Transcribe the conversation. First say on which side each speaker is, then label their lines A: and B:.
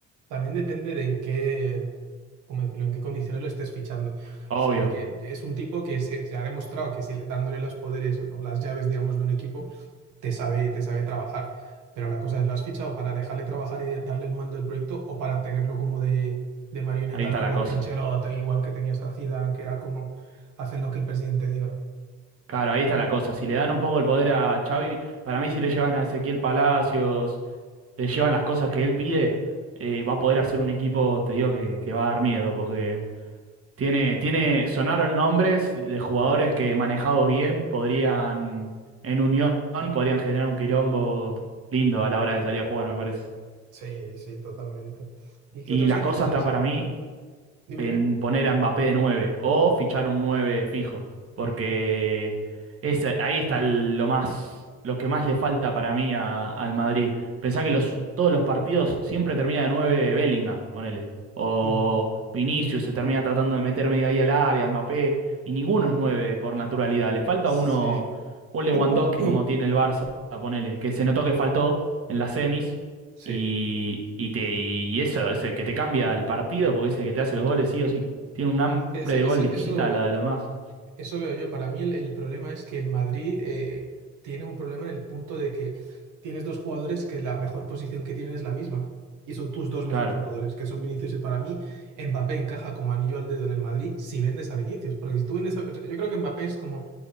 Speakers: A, on the right (about 85°); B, on the right (about 50°).
A: también depende de en qué, cómo decirlo, en qué condiciones lo estés fichando.
B: obvio.
A: Es Porque es un tipo que se, se ha demostrado que si le- dándole los poderes o las llaves, digamos, de un equipo te sabe, te sabe trabajar. Pero la cosa es, ¿lo has fichado para dejarle trabajar y darle el mando del proyecto o para tenerlo como de, de marioneta,
B: Ahí está
A: ¿no? Igual
B: la cosa.
A: que Ancelotti, igual que tenías a Zidane, que era como hacen lo que el presidente diga.
B: Claro, ahí está la cosa. Si le dan un poco el poder a Xavi, para mí si le llevan a Ezequiel Palacios le llevan las cosas que él pide, eh, va a poder hacer un equipo, te digo, que, que va a dar miedo, porque tiene, tiene, sonaron nombres de jugadores que manejados bien podrían, en unión, podrían generar un quilombo lindo a la hora de salir a jugar, me parece.
A: Sí, sí, totalmente. ¿Y qué
B: Y
A: otros
B: la
A: equipos
B: cosa está
A: así?
B: para mí
A: Dime,
B: en
A: dime.
B: poner a Mbappé de 9 o fichar un 9 fijo, porque es, ahí está el- lo más, lo que más le falta para mí a- al Madrid. Pensá que los, todos los partidos siempre termina de 9 Bellingham, ponele, o
A: Mm,
B: Vinicius se termina tratando de meter media ahí al área, Mbappé, y ninguno es 9 por naturalidad. Le falta
A: Sí.
B: uno, un Lewandowski
A: <clears throat>
B: como tiene el Barça, ponele, que se notó que faltó en las semis.
A: Sí,
B: Y, y, te, y eso es el que te cambia el partido porque es el que te hace los goles, sí o sí. Tiene un hambre
A: es que ese-
B: de gol
A: ese-
B: distinta
A: eso,
B: a la de los demás.
A: Eso veo yo. Para mí el, el problema es que el Madrid eh, tiene un problema en el punto de que tienes dos jugadores que la mejor posición que tienen es la misma. Y son tus dos mejores
B: Claro,
A: jugadores, que son Vinicius y para mí Mbappé encaja como anillo al dedo en el Madrid si vendes a Vinicius. Porque si tú vendes a... o sea, yo creo que Mbappé es como...